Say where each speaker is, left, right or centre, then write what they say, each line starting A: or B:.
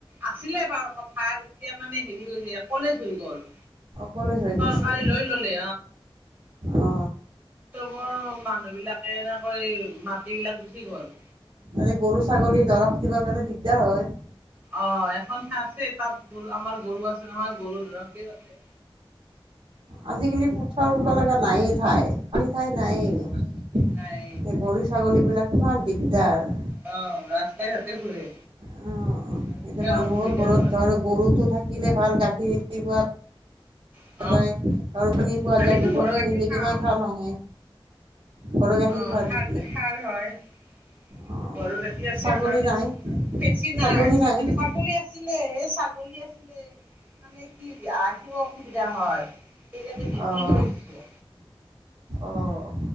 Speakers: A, on the right; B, on the right.
A: আছিলে বাৰু পথাৰ এতিয়া মানে হেৰি হৈছে কলেজ হৈ গ'ল।
B: কলেজ হৈ
A: চৰকাৰে
B: গৈছে
A: লৈ ললে
B: অ।
A: বৰ মানুহ বিলাকে এনেকৈ মাটি বিলাক গুচি গ'ল।
B: মানে গৰু-ছাগলী ধৰক দিবা কাৰণে দিগদাৰ হয়।
A: অ এখন ঠাই আছে তাত গৰু আমাৰ গৰু আছে নহয় গৰু <unintelligible>
B: আজিকালি পথাৰ কৰিব লগা নায়েই ঠাই। খালি ঠাই নাই, এই
A: নাই
B: গৰু-ছাগলী বিলাক কিমান দিগদাৰ।
A: অ ৰাস্তাই ঘাটে ফুৰে।
B: অ'
A: আৰু
B: এতিয়া
A: কিমান
B: মানুহ
A: অসুবিধা
B: ঘৰত
A: হয়
B: ধৰ গৰুটো থাকিলে ভাল গাখীৰ
A: অ'।
B: <unintelligible> সাৰ পানী পোৱা
A: আমিতো
B: যায়, গোবৰ
A: ঘৰৰ
B: খিনি
A: গাখীৰ
B: দি
A: খাওঁ
B: কিমান কাম আহে। ঘৰৰ গাখীৰ
A: অ',
B: খোৱা
A: সাৰ
B: নেকি
A: যে সাৰ হয়, উম,
B: অ'
A: গৰু গাখীৰ আছে
B: ছাগলী
A: আমাৰ।
B: নাই
A: বেছি
B: ছাগলী
A: নাই,
B: নাই
A: ছাগলী আছিলে এ ছাগলী আছিলে। মানে কি ৰাখিব অসুবিধা হয়, সেইকাৰণে বিক্ৰী
B: অঁ
A: কৰি দিছো।
B: অঁ